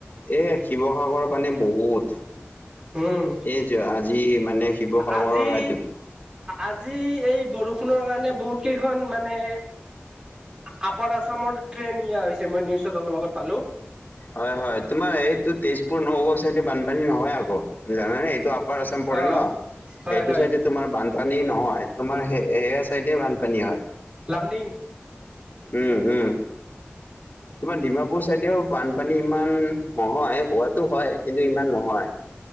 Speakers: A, on the left; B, on the right.
A: এ শিৱসাগৰৰ পানী বহুত।
B: উম
A: এইযে আজি মানে শিৱসাগৰৰ
B: আজি
A: ৰাতিপুৱা
B: আজি এই বৰষুণৰ কাৰণে বহুত কেইখন মানে আপাৰ আছামৰ ট্ৰেন নিয়া হৈছে মই নিউজত অলপ আগত পালোঁ।
A: হয় হয় তোমাৰ এইটো তেজপুৰ নগাঁও চাইডে বানপানী নহয় আকৌ জানানে এইটো আপাৰ আছাম
B: অ
A: পৰে ন
B: হয়
A: সেইটো
B: হয়
A: চাইডে তোমাৰ বান পানী নহয় তোমাৰ সেয়া চাইডে বানপানী হয়।
B: লামডিং।
A: উম, উম, তোমাৰ ডিমাপুৰ চাইদেও বানপানী ইমান নহয় হোৱাতো হয়, কিন্তু ইমান নহয়।